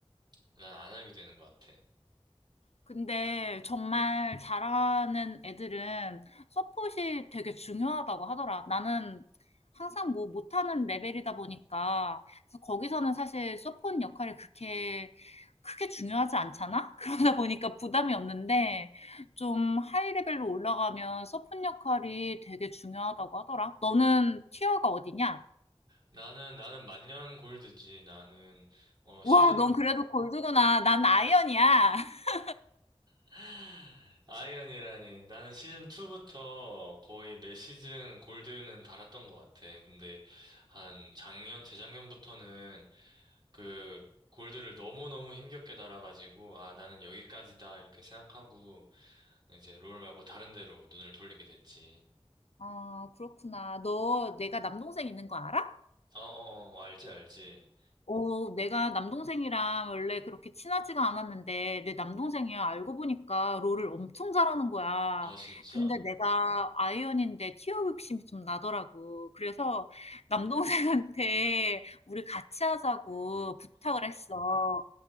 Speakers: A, on the right; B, on the left.
A: 난 안 하게 되는 것 같아.
B: 근데 정말 잘하는 애들은 서폿이 되게 중요하다고 하더라. 나는 항상 뭐 못하는 레벨이다 보니까 그래서 거기서는 사실 서폿 역할이 그렇게 크게 중요하지 않잖아? <laughs> 그러다 보니까 부담이 없는데 좀 하이 레벨로 올라가면 서폿 역할이 되게 중요하다고 하더라. 너는 티어가 어디냐?
A: 나는 나는 만년 골드지. 나는 어 시즌
B: 와,
A: <gasps>
B: 넌 그래도 골드구나. 난 아이언이야. <laughs>
A: <laughs> 아이언이라니. 나는 시즌 2부터 거의 매 시즌 골드는 달았던 것 같아. 근데 한 작년 재작년부터는 그 골드를 너무너무 힘겹게 달아가지고 아 나는 여기까지다 이렇게 생각하고 이제 롤 말고 다른 데로 눈을 돌리게 됐지.
B: 아, 그렇구나. 너 내가 남동생 있는 거 알아?
A: 어어어 알지 알지.
B: 어, 내가 남동생이랑 원래 그렇게 친하지가 않았는데, 내 남동생이야. 알고 보니까 롤을 엄청 잘하는 거야.
A: 어 진짜?
B: 근데 내가 아이언인데 티어 욕심이 좀 나더라고. 그래서 남동생한테 우리 같이 하자고 부탁을 했어.